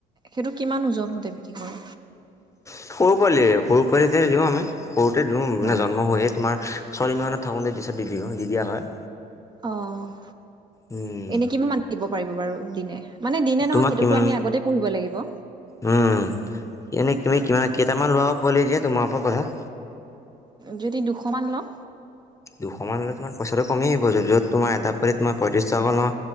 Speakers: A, on the right (about 25°); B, on the left (about 15°).
A: সেইটো কিমান ওজন হওঁতে বিক্ৰী কৰে?
B: সৰু পোৱালি, সৰু পোৱালিতে দিওঁ, আমি। সৰুতে দিওঁ মানে,
A: হয়
B: জন্ম হৈয়ে তোমাৰ। <unintelligible> দি দিয়া হয়।
A: অ'!
B: উম
A: এনে, কিমান দিব পাৰিব বাৰু দিনে? মানে, দিনে
B: তোমাক
A: নহয়। সেইটোতো
B: কিমান
A: আমি আগতেই পুহিব লাগিব।
B: উম! এনেই তুমি কিমান, কেইটামান ল'ৰা পোৱালি দিয়া, তোমাৰ ওপৰত কথা।
A: যদি, দুশমান লম।
B: দুশমান হ'লে, তোমাৰ পইচাটো কমি আহিব। য'ত তোমাৰ, এটা পোৱালিত মই, পঁয়ত্ৰিছ টকা লওঁ।